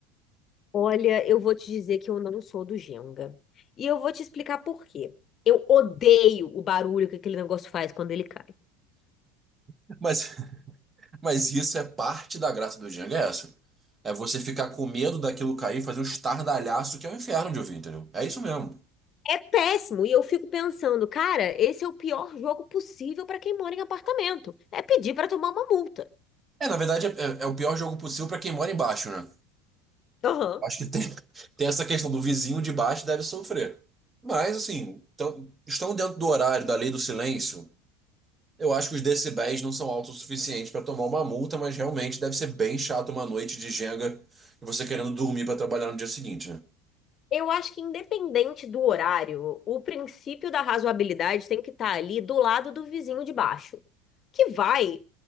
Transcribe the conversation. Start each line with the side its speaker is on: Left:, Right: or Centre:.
Left: Olha, eu vou te dizer que eu não sou do Jenga. E eu vou te explicar por quê. Eu odeio o barulho que aquele negócio faz quando ele cai.
Right: <laughs> Mas, mas isso é parte da graça do Jenga, é essa. É você ficar com medo daquilo cair, fazer um estardalhaço que é o inferno de ouvir, entendeu? É isso mesmo.
Left: É péssimo. E eu fico pensando, cara, esse é o pior jogo possível para quem mora em apartamento. É pedir para tomar uma multa.
Right: É, na verdade, é, é- é o pior jogo possível para quem mora embaixo, né?
Left: Aham.
Right: Acho que tem, <laughs> tem essa questão do vizinho de baixo deve sofrer. Mas, assim, tão- estão dentro do horário da lei do silêncio. Eu acho que os decibéis não são altos o suficiente para tomar uma multa, mas realmente deve ser bem chato uma noite de Jenga e você querendo dormir para trabalhar no dia seguinte, né?
Left: Eu acho que, independente do horário, o princípio da razoabilidade tem que estar ali do lado do vizinho de baixo, que vai